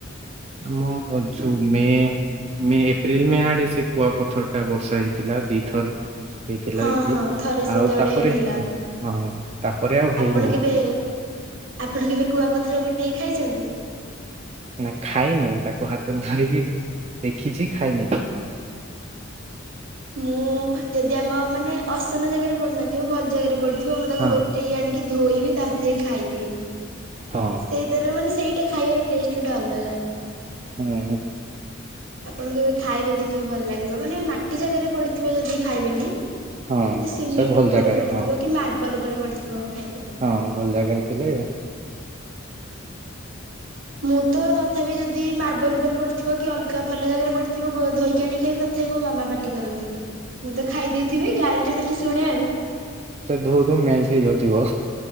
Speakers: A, on the right; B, on the right.
A: ଆମ ଜୁମେ <unintelligible> ମେ ଏପ୍ରିଲ ମେ ଆଡେ ସେ କୁଆ ପଥର ଟା ବର୍ଷା ହେଇଥିଲା ଦି ଥର ହେଇଥିଲା
B: ହଁ
A: ଏଠି
B: ହଁ ଥରେ ସେତେବେଳେ
A: ଆଉ ତାପରେ
B: ହେଇଥିଲା
A: ହଁ ତାପରେ ଆଉ ହେଇନି
B: ଆପଣ କେବେ,
A: ଏଠି।
B: ଆପଣ କେବେ କୁଆପଥର ଗୋଟେଇ ଖାଇଛନ୍ତି।
A: ନା ଖାଇନହିଁ ତାକୁ ହାତ ତ ଧରିକି ଦେଖିଛି ଖାଇନି ତାକୁ।
B: ମୁଁ ଯଦି ଆମ ମାନେ ଅସନ ଜାଗାରେ ପଡୁନଥିବ, ଭଲ ଜାଗାରେ ପଢୁ ଥିବ ମୁଁ ତାକୁ
A: ହଁ
B: ଗୋଟେଇକି ଆଣିକି ଧୋଇବି, ତାପରେ ଯାଇି ଖାଇଦିଏ
A: ହଁ
B: ସେଇ ତାର ମାନେ ସେଇଟା ଖାଇବାର ଟେଷ୍ଟ ଗୋଟେ ଅଲଗା ।
A: ହୁଁ।
B: ଆପଣଙ୍କୁ କେବେ ଖାଇବେ ଦେଖିବେ, ଭଲ ଲାଗିବ ମାନେ ମାଟି ଜାଗାରେ ପଡିଥିବ, ଯଦି ଖାଇବେନି।
A: ହଁ
B: ଯଦି ସିମେଣ୍ଟ
A: ସେ ଭଲ
B: ଉପରେ
A: ଜାଗାରେ
B: ପଡିଥିବ
A: ହଁ
B: କି ମାର୍ବଲ ଉପରେ ପଡିଥିବ ଖାଇଦେବେ ।
A: ହଁ ଭଲ ଜାଗାରେ ଥିଲେ
B: ମୁଁ ତ ତଥାପି ଯଦି ମାର୍ବଲ ଉପରେ ପଡିଥିବ କି ଅଲଗା ଭଲ ଜାଗାରେ ପଡିଥିବ ଧୋଇକି ଆଣି ଖାଇବି ତଥାପି ମୁଁ ମୋ ମାମା ପାଟି କରନ୍ତି ମୁଁ ତ ଖାଇ ଦେଇଥିବି, ଗାଳିଟା ଖାଲି ଶୁଣେ ଆଉ
A: ଧୁ ଧୁ ମେି <unintelligible> ଯତି ହ